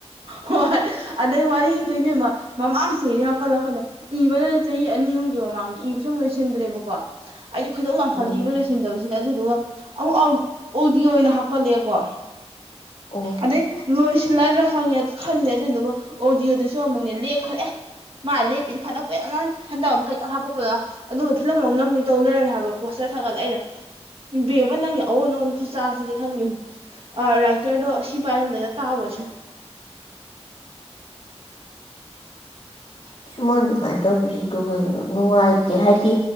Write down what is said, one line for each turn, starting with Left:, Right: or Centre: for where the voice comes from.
Right: ꯍꯣꯏ ꯑꯗꯩ ꯋꯥꯔꯤꯗꯣ ꯏꯕꯦꯝꯃ ꯃꯃꯥꯡꯁꯨ ꯏꯔ ꯍꯧꯀꯠꯂꯛꯈꯠꯗ ꯏꯕꯅꯅ ꯆꯍꯤ ꯑꯅꯤ ꯑꯍꯨꯝꯒꯤ ꯃꯃꯥꯡꯗ ꯏꯕꯁꯨ ꯂꯣꯏꯁꯤꯟꯗ꯭ꯔꯦꯕꯀꯣ ꯑꯩꯁꯦ ꯈꯣꯏꯗꯧ ꯂꯥꯡꯈꯠꯂꯛꯏꯕ
Left: ꯎꯝ
Right: ꯂꯣꯏꯁꯤꯟꯗꯕꯁꯤꯗ ꯑꯗꯨꯗꯨꯒ ꯑꯃꯨꯛ ꯑꯣꯏꯅ ꯍꯥꯞꯀꯠꯂꯛꯑꯦꯀꯣ
Left: ꯑꯣ
Right: ꯑꯗꯩ ꯂꯣꯏꯁꯤꯜꯂ ꯈꯪꯉꯦ ꯈꯜꯂꯦ ꯑꯗꯨꯗꯨꯒ ꯑꯣꯗꯤꯑꯣꯗꯨꯁꯨ ꯑꯃꯨꯛꯅꯦ ꯂꯦꯛꯈ꯭ꯔꯦ ꯃꯥ ꯂꯦꯞꯄꯗꯤ ꯐꯅ ꯀꯨꯏꯔꯝꯃꯅꯤ ꯍꯟꯊ ꯑꯃ ꯃꯈꯩꯇꯪ ꯍꯥꯞꯄꯛꯄꯗ ꯑꯗꯨꯒ ꯐꯤꯂꯝ ꯑꯃ ꯅꯝꯗꯤ ꯇꯧ ꯂꯩꯔꯝꯃꯦ ꯍꯥꯏꯕ ꯄꯣꯁ ꯁꯥꯒꯠꯂꯩꯅ ꯏꯕꯦꯝꯃ ꯅꯪꯒꯤ ꯑꯑꯣꯟ ꯑꯑꯣꯟ ꯈꯨꯆꯁꯤꯗꯤ ꯈꯟꯗꯦ ꯑꯥ ꯔꯥꯏꯇꯔꯗꯣ ꯁꯤ ꯄꯥꯏꯔꯝꯗꯅ ꯇꯥꯛꯎꯔꯁꯥꯅꯨ꯫ <inaudible> <unintelligible>
Left: ꯃꯥꯟꯑꯗꯨꯃꯥꯏꯅ ꯇꯧꯕꯤꯔꯤꯗꯨ ꯀꯩꯒꯤꯅꯣ ꯅꯨꯡꯉꯥꯏꯇꯦ ꯍꯥꯏꯗꯤ